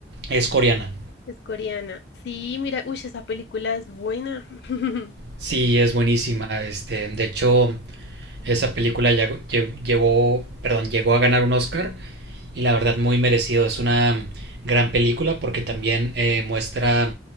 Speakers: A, on the right; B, on the left.
A: Es coreana.
B: es coreana. Sí, mira, uy, esa película es buena. <laughs>
A: Sí, es buenísima. Este, de hecho, esa película ya lle- llevó, perdón, llegó a ganar un Oscar y la verdad muy merecido. Es una gran película porque también eh, muestra